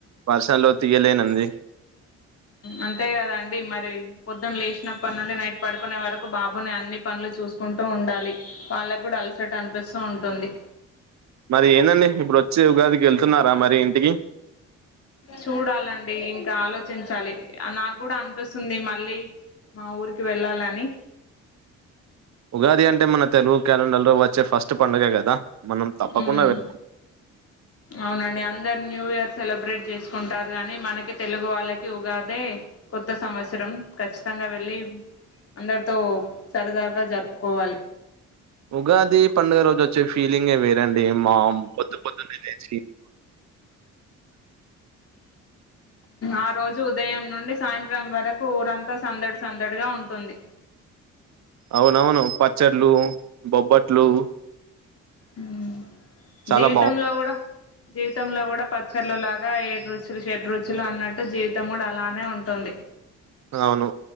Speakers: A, on the right; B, on the left.
A: వర్షన్ లో తీయలేనంది
B: అంతే కదండి మరి పొద్దున లేచినప్పటి నుండి నైట్ పడుకునే వరకు బాబుని అన్ని పనులు చూసుకుంటూ ఉండాలి వాళ్ళకు కూడా అలసట అనిపిస్తూ ఉంటుంది
A: మరి ఏనండి ఇప్పుడు వచ్చే ఉగాదికి వెళ్తున్నారా మరి ఇంటికి
B: చూడాలండి ఇంకా ఆలోచించాలి నాకు కూడా అనిపిస్తుంది మళ్ళీ మా ఊరికి వెళ్ళాలని
A: ఉగాది అంటే మన తెలుగు క్యాలండర్ లో వచ్చే ఫస్ట్ ఫస్ట్ పండుగ కదా మనం తప్పకుండా
B: మ్మ్
A: వె
B: అవునండి అందరు న్యూ ఇయర్ సెలబ్రేట్ చేసుకుంటారు కానీ మనకి తెలుగు వాళ్ళకి ఉగాదే కొత్త సంవత్సరం ఖచ్చితంగా వెళ్ళి అందరితో సరదగా జరుపుకోవాలి
A: ఉగాది పండుగ రోజు వచ్చే ఫీలింగే వేరండి మా పొద్దు పొద్దున్న లేచ <inaudible>
B: ఆ రోజు ఉదయం నుండి సాయంత్రం ట్రామ్ వరకు ఊరంతా సందడి సందడిగా ఉంటుంది
A: అవునవును పచ్చళ్ళ బొబ్బట్లు
B: హ
A: చాలా
B: జీవితంలో
A: బావుం
B: కూడా జీవితంలో కూడా పచ్చర్లలాగా ఏడు రుచులు షెడ్ రుచులు అన్నట్టు జీవితం కూడా అలానే ఉంటుంది
A: అవును